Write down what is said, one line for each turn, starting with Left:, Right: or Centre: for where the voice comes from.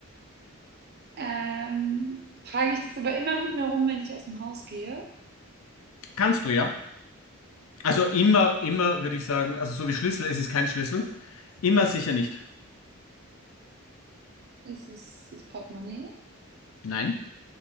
Right: Ähm, trage ich das aber immer mit mir rum, wenn ich aus dem Haus gehe?
Left: Kannst du ja. Also immer, immer würde ich sagen, also so wie Schlüssel, es ist kein Schlüssel. Immer sicher nicht.
Right: Ist es das Portemonnaie?
Left: Nein.